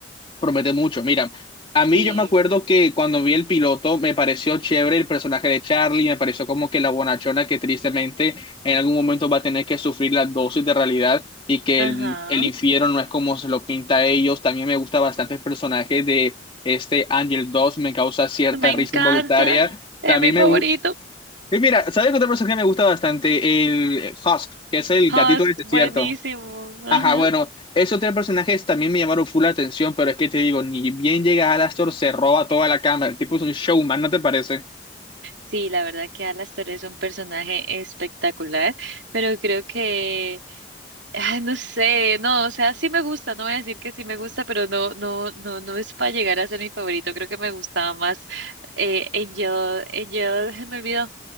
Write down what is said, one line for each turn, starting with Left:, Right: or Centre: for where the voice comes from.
Left: promete mucho. Mira, a mí
Right: sí,
Left: yo me acuerdo que cuando vi el piloto me pareció chévere el personaje de Charlie, me pareció como que la bonachona que tristemente en algún momento va a tener que sufrir la dosis de realidad y que
Right: ajá.
Left: el, el infierno no es como se lo pinta a ellos. También me gusta bastante el personaje de este Angel dos me causa cierta
Right: Me encanta,
Left: risa involuntaria.
Right: es
Left: También
Right: mi favorito.
Left: me gusta... Y mira, ¿sabes qué otro personaje me gusta bastante? El Husk, que es el
Right: Husk,
Left: gatito del desierto.
Right: buenísimo. Ajá.
Left: Ajá, bueno, esos tres personajes también me llamaron full la atención, pero es que te digo, ni bien llega Alastor, se roba toda la cámara. El tipo es un showman, ¿no te parece?
Right: Sí, la verdad que Alastor es un personaje espectacular, pero creo que, ay, no sé, no, o sea, sí me gusta, no voy a decir que sí me gusta, pero no, no, no, no es para llegar a ser mi favorito. Creo que me gustaba más eh, Angel, Angel, <laughs> me olvidó.